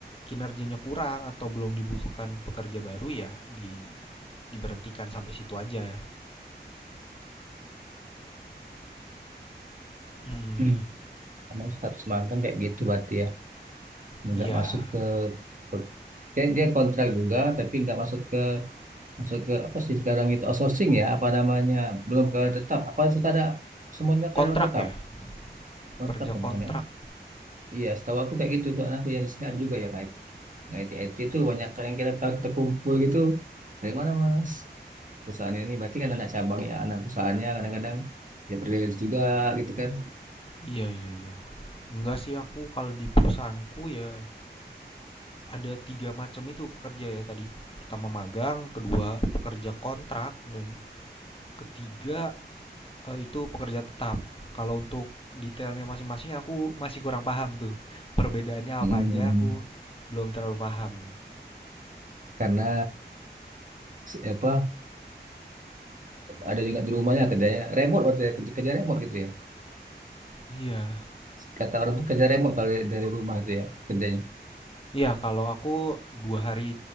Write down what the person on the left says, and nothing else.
kinerjanya kurang atau belum dibutuhkan pekerja baru ya di diberhentikan sampai situ aja. Mm,
Iya,
mm.
kontrak
ya, pekerja
kontrak.
Iya, iya, iya. Enggak sih aku kalau di perusahaanku ya ada tiga macam itu pekerja ya tadi. Pertama magang, kedua pekerja kontrak dan ketiga Eee, itu pekerja tetap. Kalau untuk detailnya masing-masing aku masih kurang paham tuh, <laughs> perbedaannya
apa aja aku belum terlalu paham.
Iya.
Iya, kalau aku 2 hari